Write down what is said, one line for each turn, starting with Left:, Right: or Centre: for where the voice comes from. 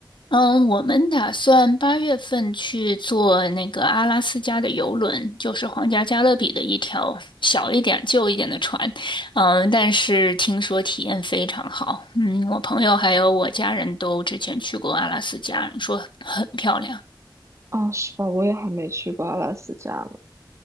Left: 嗯，我们打算八月份去坐那个阿拉斯加的游轮，就是皇家加勒比的一条小一点、旧一点的船。嗯，但是听说体验非常好。嗯，我朋友还有我家人都之前去过阿拉斯加，说很漂亮。
Right: 啊，是吧？我也还没去过阿拉斯加呢。